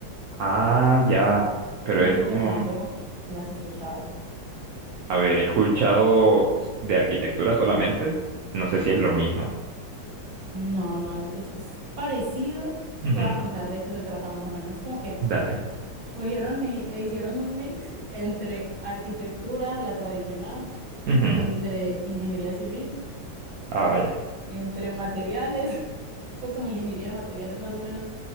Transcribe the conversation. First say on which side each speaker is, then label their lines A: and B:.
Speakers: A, on the right; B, on the right.
A: Ah, ya, pero
B: No
A: es
B: sé
A: como...
B: si de pronto la has escuchado.
A: A ver, he escuchado de arquitectura solamente. No sé si es lo mismo.
B: No, no, es, es es parecido. Te
A: Ujú,
B: te voy a contar de qué se trata más o menos. Es como que
A: Dale.
B: cogieron y, e hicieron un mix entre arquitectura, la tradicional,
A: Ujú.
B: entre ingeniería civil,
A: Ah, vaya.
B: entre materiales, <laughs> pues como ingeniería de materiales más o menos